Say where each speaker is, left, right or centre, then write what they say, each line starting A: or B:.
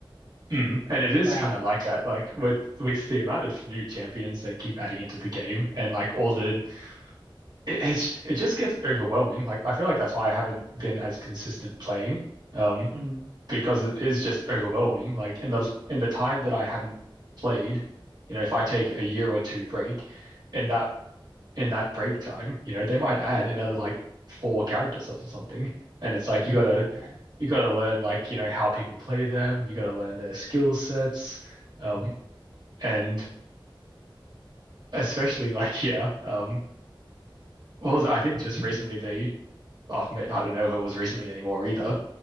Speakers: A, on the right; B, on the right.
A: mm. And it is
B: But
A: kind of like that, like with with the amount of new champions they keep adding into the game, and like all the it, it's, it just gets overwhelming. Like I feel like that's why I haven't been as consistent playing. Um,
B: mm,
A: because it is just overwhelming. Like in the in the time that I haven't played, you know, if I take a year or two break, in that in that break time, you know, they might add another like four character sets or something. And it's like
B: yeah.
A: you gotta you gotta learn like, you know, how people play them, you gotta learn their skill sets. Um and especially <laughs> like yeah, um what was it? I think just <laughs> recently they oh, I don't know if it was recently anymore either.